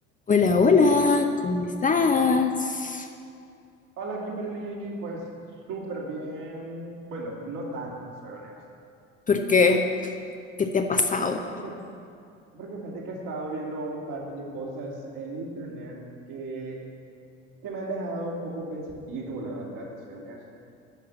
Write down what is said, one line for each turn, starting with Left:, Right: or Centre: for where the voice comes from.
Left: Hola, hola, ¿cómo estás?
Right: Hola Kimberly, pues súper bien. Bueno, no tanto, te soy honesto.
Left: ¿Por qué? ¿Qué te ha pasado?
Right: Porque, fe- porque fíjate que he estado viendo un par de cosas en internet que, que me han dejado un poco pensativo, la verdad, te soy honesto.